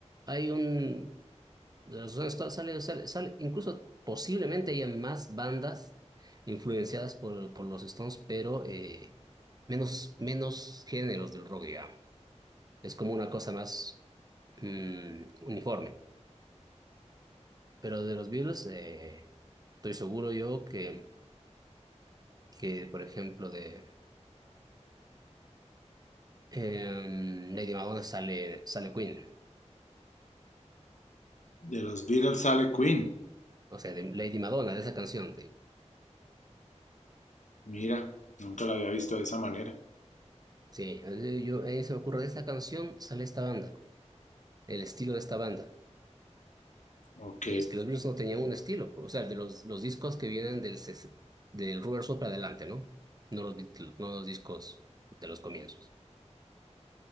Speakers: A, on the right; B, on the left.
A: hay un... de Los Stones sale, sale, sale- incluso posiblemente haya más bandas influenciadas por, por los Stones, pero eh, menos, menos géneros del rock, digamos. Es como una cosa más mm, uniforme. Pero de los Beatles, eh, estoy seguro yo que, que, por ejemplo, de... Em, Lady Madonna sale, sale Queen.
B: De los Beatles sale Queen.
A: O sea, de Lady Madonna, de esa canción. te digo.
B: Mira, nunca la había visto de esa manera.
A: Sí, eh, yo, a mí se me ocurre, de esta canción sale esta banda, el estilo de esta banda.
B: Ok,
A: Y es que los Beatles no tenían un estilo, pues, o sea, de los, los discos que vienen del, ses- del Rubber Soul para adelante, ¿no? No los, Beatles- no los discos de los comienzos.